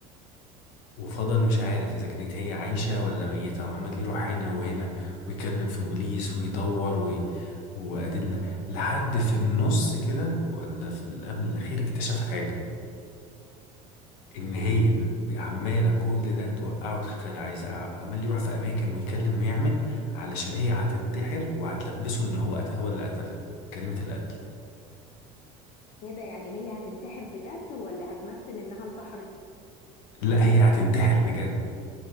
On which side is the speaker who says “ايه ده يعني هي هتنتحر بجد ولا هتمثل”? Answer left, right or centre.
Left